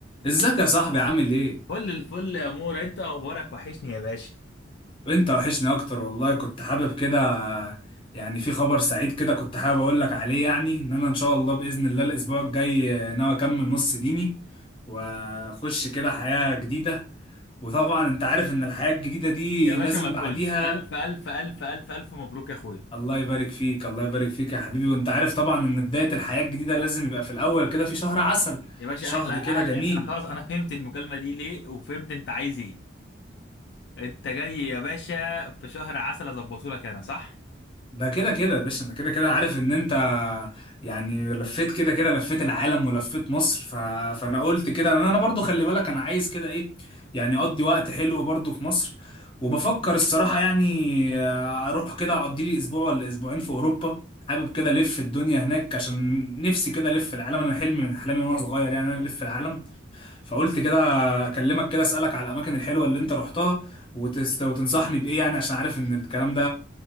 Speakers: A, on the left (about 25°); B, on the left (about 60°).
A: ازيك يا صاحبي عامل ايه؟
B: فل الفل يا مورا انت اخبارك وحشني يا باشا
A: وانت وحشني اكتر والله كنت حابب كده يعني في خبر سعيد كده كنت حابب اقول لك عليه يعني ان انا ان شاء الله باذن الله الاسبوع الجاي ناوي اكمل نص ديني واخش كده حياة جديدة وطبعا انت عارف ان الحياة الجديدة دي
B: يا باشا
A: لازم
B: ما تقولش
A: بعديها
B: الف الف الف الف الف مبروك يا اخويا
A: الله يبارك فيك الله يبارك فيك يا حبيبي وانت عارف طبعا ان بداية الحياة الجديدة لازم يبقى في الاول كده في شهر عسل
B: يا باشا
A: شهر
B: احلى اهل
A: كده جميل
B: انا خلاص انا فهمت المكالمه دي ليه وفهمت انت عايز ايه انت جاي يا باشا في شهر عسل اظبطه لك انا صح
A: ده كده كده يا باشا انا كده كده عارف ان انت يعني لفيت كده كده لفيت العالم ولفيت مصر ف... فانا قلت كده انا انا برضو خلي بالك انا عايز كده ايه يعني اقضي وقت حلو برضو في مصر وبفكر الصراحة يعني آه، اروح كده اقضي لي اسبوع ولا اسبوعين في اوروبا حابب كده الف الدنيا هناك عشان نفسي كده الف العالم انا حلمي من احلامي وانا صغير يعني انا الف العالم فقلت كده اكلمك كده اسالك على الاماكن الحلوه اللي انت رحتها وتست... وتنصحني بايه يعني عشان عارف ان الكلام ده